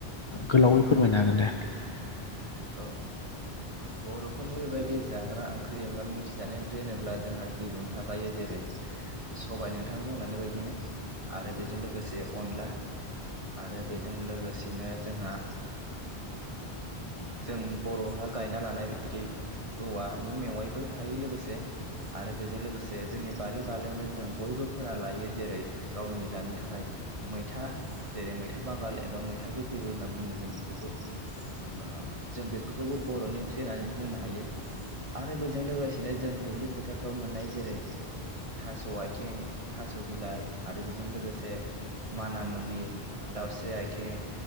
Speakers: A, on the left; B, on the right.
A: गोलावैफोर फोरमायनो हागोन दे।
B: औ बर'फोरनि बेबायदि जाग्रा ओंख्रि एबा मिथिजानाय ओंख्रि होनोब्ला जोंहा गिबियावनो थाखायो जेरै जेरै सबाय नोंथां बुंलानाय बायदिनो आरो बेजों लोगोसे अनला। आरो बेजों लोगोसेनो जोंहा
A: <inaudible>
B: जों बर'हा गायना लानाय बिदि औवानि मेवाइबो थायो लोगोसे आरो बेजों लोगोसे जोंनि बारि बालायावनो जों बयबो फोना लायो जेरै गावनि जानो थाखाय। मैथा जेरै मैथा बांगाल एबा मैथा गोखैबो होनना बुङो जों बेफोरखौ ।
A: <unintelligible>
B: ओ जों बेफोरखौबो बर'नि ओंख्रि होननानै बुंनो हायो आरो बेजों लोगोसेनो जों दुब्लि फोथारफ्राव मोननाय जेरै थास' आथिं थास' बिलाइ आरो बेजों लोगोसे मानामुनि दाउस्रि आथिं